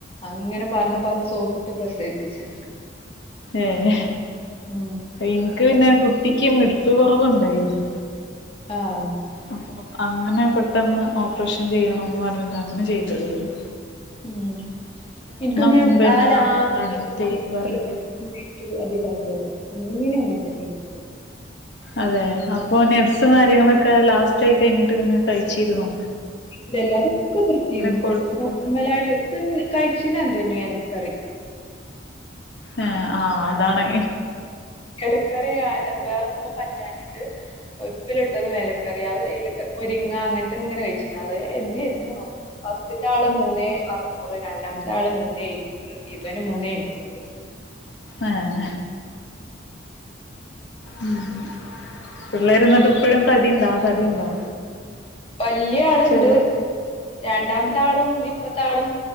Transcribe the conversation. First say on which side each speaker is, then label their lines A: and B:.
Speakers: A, on the left; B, on the left.
A: അങ്ങനെ പർഞ്ഞ് പർഞ്ഞു സോപ്പിട്ട് പ്രസവിപ്പിച്ച്
B: ഏഹ്
A: ഉം
B: ഇൻക്ക് പിന്നെ കുട്ടിക്ക് മിടിപ്പ് കൊറവ്ണ്ടായിരുന്നു
A: ആഹ്
B: അപ്പൊ അങ്ങനെ പെട്ടെന്ന് ഓപ്പറേഷൻ ചെയ്യണോന്ന് പർഞ്ഞിട്ട് അങ്ങനെ ചെയ്തതേനി
A: ഉം ഇൻക്ക് പിന്നെ
B: മുൻപന്നെ
A: ആഹ്
B: നമ്മളോട് അഡ്മിറ്റ്
A: <unintelligible>
B: ചെയ്യാൻ പറഞ്ഞു.
A: വെയിറ്റ് അധിക ആകേക്കാരം മൂന്നിനും അങ്ങൻത്തന്നേനി ഇൻ്റത്
B: അതെ അപ്പൊ നെഡ്സും കാര്യങ്ങളൊക്കെ ലാസ്റ്റ് ആയി കഴിഞ്ഞിട്ട് ഇങ്ങനെ കഴിച്ചിര്ന്നോ
A: ഇല്ലല്ല അതൊക്കെ നിർത്തീന്ന്
B: കൊഴുപ്പ്
A: നോർമലായിട്ട് <unintelligible> കഴിച്ചീനെ എന്തേന്നു എലക്കറീ
B: ഏഹ് ആഹ് അതാണ്
A: എലക്കറി ആഹ് ഏഹ് വേറൊന്നും പറ്റാഞ്ഞിട്ട് ഉപ്പിലിട്ടതും എലക്കറിം അത് ഇല മുരിങ്ങ അങ്ങൻത്തങ്ങനെ കഴിച്ചിര്ന്നു അത് എന്തേര്ന്നോ ആവോ ഫസ്റ്റ്ത്താള് മൂന്നേ അറ്നൂറ് രണ്ടാമത്താള് മൂന്നേ എഴുന്നൂറ് ഇവന് മൂന്നേ എണ്ണൂറ്
B: ആഹ് ഉം പിള്ളേര് എന്നിട്ട് ഇപ്പഴും തടിയുണ്ടോ തടിയുണ്ടോ
A: വല്യാള്
B: ചെലോ
A: ഉണ്ട് രണ്ടാമത്തെ ആളും ഇപ്പ ത്തെ ആളും